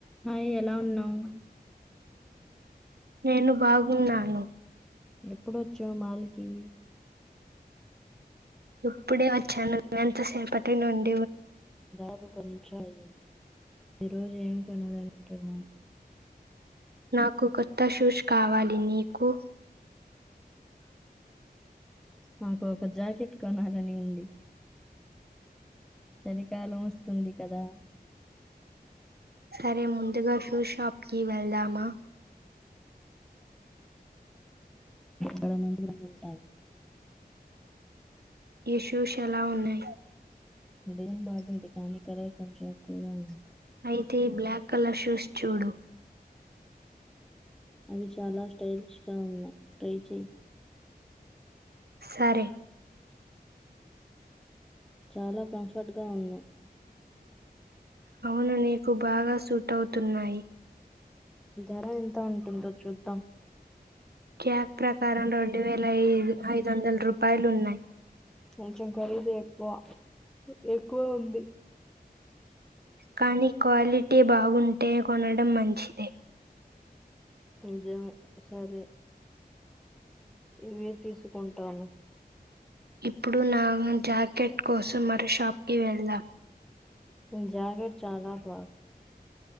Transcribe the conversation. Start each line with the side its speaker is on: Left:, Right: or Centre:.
Centre: Hi ఎలా ఉన్నావు
Right: నేను బాగున్నాను
Centre: ఎప్పుడొచ్చావ్ మాలికి
Right: ఇప్పుడే వచ్చాను ఎంతసేపటి నుడి
Centre: దాదాపు పది నిమిషాలు అయ్యంది ఈ రోజు ఏం <unintelligible> వద్దన్న
Right: నాకు కొత్త షూస్ కావాలి నీకు
Centre: నాకు ఒక జాకెట్ కొనాలని ఉంది చలికాలం వస్తుంది కదా
Right: సరే ముందుగా షూ షాప్ కి వెళ్దామా
Centre: గడ ముందు రెండు ఉంటాయి
Right: ఈ షూస్ ఎలా ఉన్నాయి
Centre: ఇడే బాగుంది కానీ ఇక్కడే కొంచెం ఎక్కువగా ఉంది
Right: అయితే ఈ బ్లాక్ కలర్ షూస్ చూడు
Centre: అవి చాలా స్టైలిష్ గా ఉన్నాయి ట్రై చెయి
Right: సరే
Centre: చాలా కంఫర్ట్ గా ఉన్నాయి
Right: అవును నీకు బాగా సూట్ అవుతున్నాయి
Centre: ధర ఎంత ఉంటుందో చూద్దాం
Right: క్యాక్ ప్రకారం రెండు వేల ఐదు ఐదు వందల రూపాయలు ఉన్నాయి
Centre: కొంచెం ఖరీదు ఎక్కువ ఎక్కువ ఉంది
Right: కానీ క్వాలిటీ బాగుంటే కొనడం మంచిదే
Centre: నిజమే సరే నువేం తీసుకుంటాను
Right: ఇప్పుడు నా జాకెట్ కోసం మరో షాప్కిి వెళ్దాం
Centre: ఈ జాకెట్ చాలా బాగుంది